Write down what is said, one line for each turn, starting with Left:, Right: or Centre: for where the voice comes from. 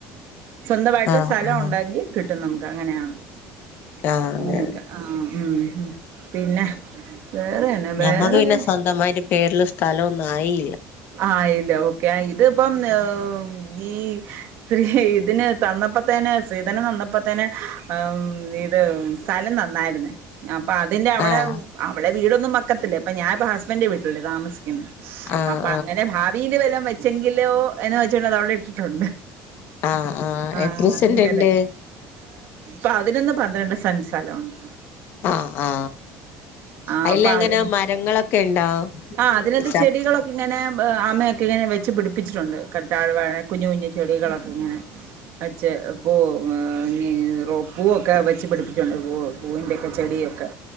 Right: സ്വന്തമായിട്ട്
Left: ആഹ്
Right: സ്ഥലം
Left: ആഹ്
Right: ഉണ്ടെങ്കി കിട്ടും ട്ടും നമ്മക്ക് അങ്ങനെയാന്ന്
Left: ആഹ് അങ്ങനെ
Right: അങ്ങനുണ്ട് ആ ഉം ഉം പിന്നെ വേറെ എന്നാ
Left: ഞമ്മക്ക്
Right: വേറെ
Left: പിന്നെ സ്വന്തമായിട്ട് പേരില് സ്ഥലം ഒന് ന്നായി
Right: ആയിൽ ല്ലോ ക്കയാ ഇതിപ്പം ഏഹ് ഈ സ്ത്രീ ഇതിനെ തന്നപ്പോത്തേനെ സ്ത്രീധനം തന്നപ്പോത്തേനെ ആ ഇത് സ്ഥലം തന്നായിരുന്നേ അപ്പൊ അതിന്റെ അവടെ
Left: ആഹ്
Right: അവിടെ വീടൊന്നും വെ ക്കത്തില്ലേപ്പ ഞാനിപ്പോ ഹസ്ബൻഡ് വീട്ടിലല്ലേ താമസിക്കുന്നെ
Left: ആഹ്
Right: അപ്പൊ അങ്ങനെ ഭാവില് വല്ലോം വെച്ചെങ്കിലോ എന്ന് വെച്ചോണ്ട് അത് അവിടെ ഇട്ടിട്ടുണ്ട്.
Left: ആഹ്
Right: ആഹ്
Left: എത്ര സെന്റ്ണ്ട്
Right: അങ്ങനെ പതിനൊന്ന് പന്ത്രണ്ട് സെന്റ് സ്ഥലം ഉണ്ട്.
Left: ആഹ് ആ
Right: ആഹ്
Left: അയിലെങ്ങനാ
Right: അപ്പൊ അതിന്
Left: മരങ്ങളൊക്കെ ഇണ്ടോ
Right: ആഹ് അതിനകത്ത്
Left: ചക്
Right: ചെടികളൊക്കെ <unintelligible> അമ്മയൊക്കെ ഇങ്ങനെ വെച്ചു പിടിപ്പി പ്പിച്ചിട്ടുണ്ട് കറ്റാർ വാഴ കുഞ്ഞു കുഞ്ഞു ചെടികളൊക്കെ ഇങ്ങനെ പച്ചേ പൂ നി റൊ പൂവൊക്കെ വെച്ച്പിടിപ്പിച്ചിണ്ട് പൂ പൂവിന്റൊക്കെ ചെടിയൊക്കെ